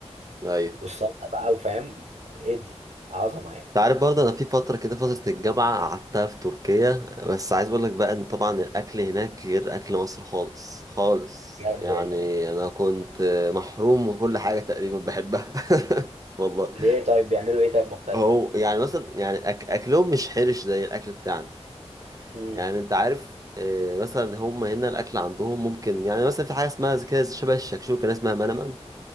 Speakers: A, on the right; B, on the right.
A: ايوه
B: والسلطه بقى وفاهم ادي عظمه يعني
A: انت عارف برضه انا في فتره كده فتره الجامعه قعدتها في تركيا بس عايز اقول لك بقى ان طبعا الاكل هناك غير اكل مصر خالص خالص
B: بجد
A: يعني
B: والله
A: انا كنت محروم من كل حاجه تقريبا بحبها <laughs> والله
B: ليه طيب بيعملوا ايه طيب مختلف
A: هو يعني مثلا يعني أك اكلهم مش حرش زي الاكل بتاعنا
B: امم
A: يعني انت عارف آه، مثلا هم هنا الاكل عندهم ممكن يعني مثلا في حاجه اسمها زي- كده شبه الشكشوكه ناس اسمها منمن